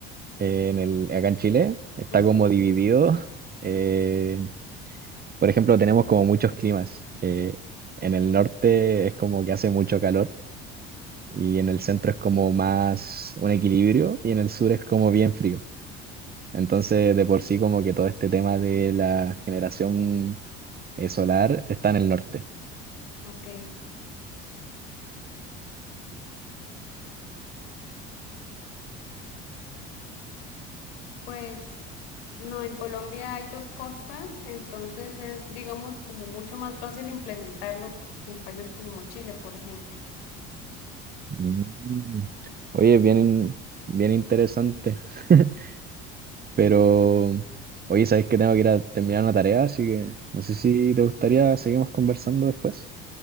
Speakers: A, on the right; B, on the left.
A: eh, en el, acá en Chile está
B: Ujú,
A: como dividido. <laughs> eh, por ejemplo, tenemos como muchos climas. eh, en el norte es como que hace mucho calor y en el centro es como más un equilibrio y en el sur es como bien frío. Entonces, de por sí, como que todo este tema de la generación eh, solar está en el norte.
B: Ok, pues no, en Colombia hay dos costas, entonces es, digamos, como mucho más fácil implementarlo en países como Chile, por ejemplo.
A: Mm. Oye, bien, bien interesante. <laughs> Pero, oye, sabéis que tengo que ir a terminar una tarea, así que no sé si te gustaría seguimos conversando después.